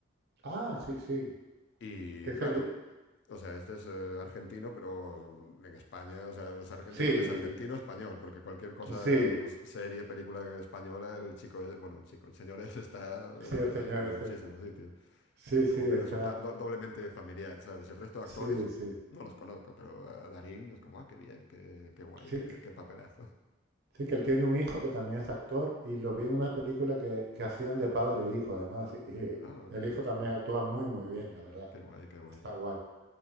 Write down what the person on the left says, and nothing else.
y
claro,
o sea, este es eh, argentino, pero en España, o sea, es argen-
yo creo que es argentino español, porque cualquier cosa,
s- serie, película española, el chico, es- bueno, el chico, el señor es- está en,
en
muchísimos sitios
y
como
que resulta do- doblemente familiar, ¿sabes? El resto de
actores
no los conozco, pero a Darín es como, ah, qué bien, qué, qué guay,
qué, qué papelazo.
Ah,
ok.
Qué guay, qué guay.